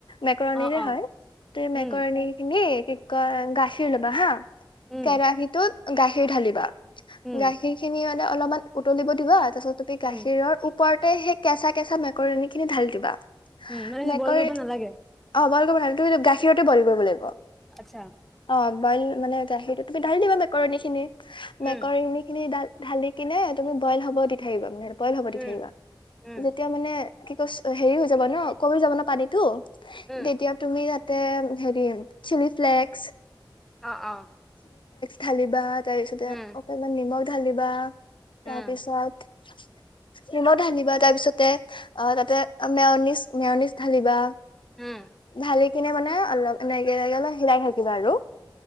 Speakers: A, on the left; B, in the centre.
A: মেকৰণীৰে
B: অ অ
A: হয় তুমি মেকৰণীখিনি
B: উম
A: কি কয় গাখীৰ লবা হা।
B: উম
A: কেৰাহীটোত গাখীৰ ঢালিবা।
B: উম
A: গাখীৰ খিনি মান অলপমান উতলিব দিবা। তাছত তুপি গাখীৰৰ
B: উম
A: ওপৰত তে সেই কেঁচা কেঁচা মেকৰণীখিনি ঢালি দিবা।
B: উম মানে কি
A: মেকৰণি
B: বইল কৰিব কৰিব নালাগে
A: অ বইল কৰিব নালাগে তুমি ত গাখীৰতে বইল কৰিব লাগিব
B: আচ্ছা
A: অ বইল মানে গাখীৰটো তুমি ঢালি দিবা মেকৰণী খিনি মেকৰণী
B: উম
A: খিনি দাল ঢালি কিনে তুমি বইল হব দি থাকিবা মানে বইল হ'ব
B: উম
A: দি থাকিবা
B: উম
A: যেতিয়া মানে কি কৈছ হেৰি হৈ যাব ন কমি যাব ন পানীটো
B: উম
A: তেতিয়া তুমি তে হেৰি চিলি ফ্লেকস
B: অ অ
A: ঢালিবা তাৰপিছতে
B: উম
A: তা মা নিমখ ঢালিবা।
B: উম
A: তাৰপিছত ক্ৰীমো ঢালিবা তাৰ পিছতে, অ, তাতে মেওনিজ মেওনিজ ঢালিবা।
B: উম
A: ভালে কিনে মানে অলপ এনেকে এনেকে অলপ হিলাই থাকিবা আৰু।